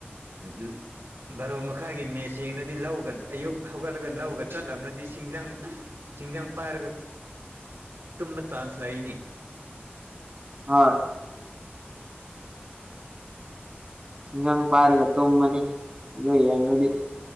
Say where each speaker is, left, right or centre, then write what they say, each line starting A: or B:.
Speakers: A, on the right (about 75°); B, on the right (about 25°).
A: <unintelligible> ꯕꯥꯔꯣ ꯃꯈꯥꯏꯒꯤ ꯃꯦꯁ ꯌꯦꯡꯅꯗꯤ ꯂꯧꯒ ꯑꯌꯨꯛ ꯍꯧꯒꯠꯂꯒ ꯂꯧꯒ ꯆꯠꯂꯝꯂꯗꯤ ꯁꯤꯡꯖꯪ ꯆꯤꯡꯖꯪ ꯄꯥꯏꯔꯒ ꯇꯨꯝꯕ ꯆꯥꯟꯁ ꯂꯩꯅꯤ꯫
B: ꯍꯣꯏ꯫ ꯁꯤꯡ ꯖꯪ ꯄꯥꯏꯔꯒ ꯇꯨꯝꯃꯅꯤ ꯑꯗꯨ ꯌꯦꯡꯂꯗꯤ꯫